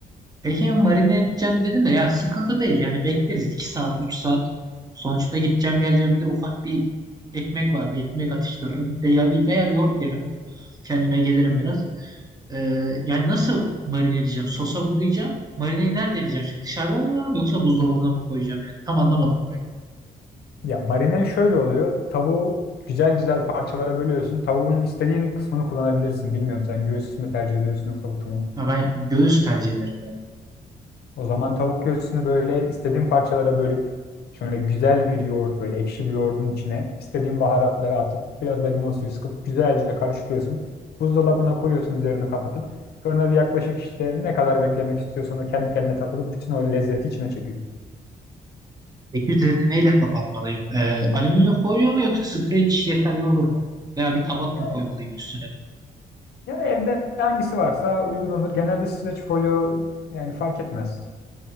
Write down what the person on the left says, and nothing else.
Ya marine şöyle oluyor. Tavuğu güzel güzel parçalara bölüyorsun. Tavuğun istediğin kısmını kullanabilirsin. Bilmiyorum sen göğsü mü tercih ediyorsun yoksa butu mu?
O zaman tavuk göğsünü böyle istediğin parçalara bölüp şöyle güzel bir yoğurt böyle ekşi bir yoğurdun içine istediğin baharatları atıp biraz da limon suyu sıkıp güzelce karıştırıyorsun. Buzdolabına koyuyorsun üzerini kapatıp sonra bir yaklaşık işte ne kadar beklemek istiyorsan o kendi kendine takılıp bütün o lezzeti içine çekiyor.
Ya,
ya evde hangisi varsa uygun olur. Genelde streç folyo yani fark etmez.